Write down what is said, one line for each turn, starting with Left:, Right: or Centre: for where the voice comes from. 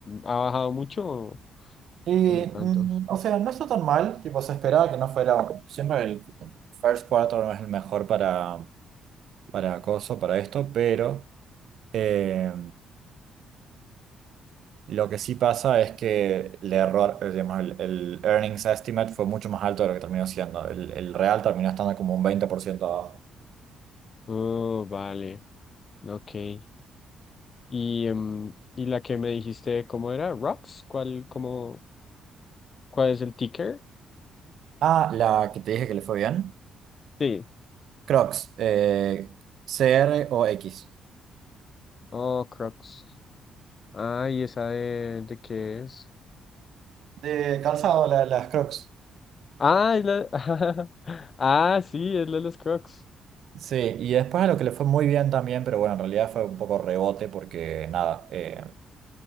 Left: ¿ha bajado mucho o
Right: Y,
Left: o no tanto?
Right: mm, o sea, no está tan mal, tipo, se esperaba que no fuera. Siempre el first quarter no es el mejor para, para acoso, para esto, pero. eh, Lo que sí pasa es que el error, eh, digamos, el, el earnings estimate fue mucho más alto de lo que terminó siendo. El, el real terminó estando como un veinte por ciento abajo.
Left: Oh, vale. Ok. ¿Y, em, y la que me dijiste, cómo era? ¿Rocks? ¿Cuál, cómo, cuál es el ticker?
Right: Ah, la que te dije que le fue bien.
Left: Sí.
Right: Crocs, eh, C R o X.
Left: Oh, Crocs. Ah, ¿y esa de, de qué es?
Right: De calzado, la- las Crocs.
Left: Ah, es la... <laughs> Ah, sí, es la de los Crocs.
Right: Sí, y después a lo que le fue muy bien también, pero bueno, en realidad fue un poco rebote porque nada, eh,